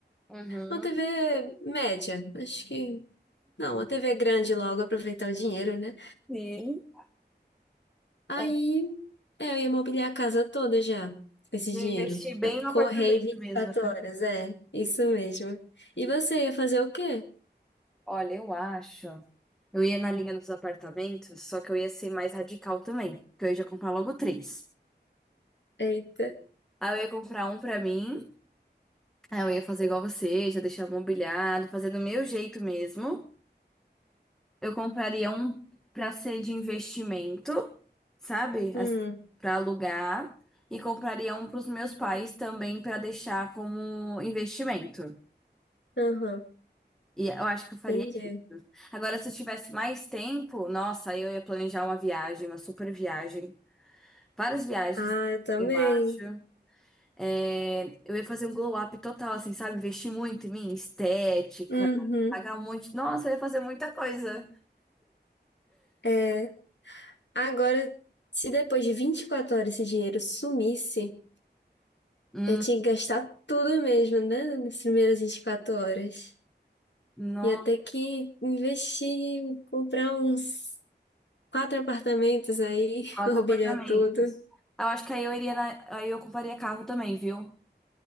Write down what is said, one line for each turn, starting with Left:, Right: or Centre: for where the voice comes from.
Centre: Uhum.
Left: Uma TV média, acho que. Não, uma TV grande logo, aproveitar o dinheiro, né?
Centre: Sim.
Left: Aí
Centre: Ah,
Left: é, eu ia mobiliar a casa toda já, com esse
Centre: E
Left: dinheiro.
Centre: investir bem no apartamento
Left: Correr 24
Centre: mesmo, né?
Left: horas, é, isso mesmo. E você ia fazer o quê?
Centre: Olha, eu acho. Eu ia na linha dos apartamentos, só que eu ia ser mais radical também, porque eu ia já comprar logo três.
Left: Eita.
Centre: Aí eu ia comprar um pra mim, aí eu ia fazer igual você, já deixar mobiliado, fazer do meu jeito mesmo. Eu compraria um pra ser de investimento, sabe?
Left: Hum,
Centre: As- Pra alugar. E compraria um pros meus pais também pra deixar como investimento.
Left: aham,
Centre: E eu acho que eu faria
Left: entendi.
Centre: isso. Agora, se eu tivesse mais tempo, nossa, aí eu ia planejar uma viagem, uma super viagem. Várias viagens,
Left: Ah, eu também.
Centre: eu acho. É, eu ia fazer um glow up total, assim, sabe? Investir muito em mim, estética,
Left: Uhum.
Centre: pagar um monte. Nossa, eu ia fazer muita coisa.
Left: É, Agora, se depois de 24 horas esse dinheiro sumisse,
Centre: Hum,
Left: eu tinha que gastar tudo mesmo, né? Nas primeiras 24 horas.
Centre: nossa,
Left: Ia ter que investir, comprar uns quatro apartamentos aí,
Centre: quatro
Left: <laughs> mobiliar
Centre: apartamentos.
Left: tudo.
Centre: Eu acho que aí eu iria na- aí eu compraria carro também, viu?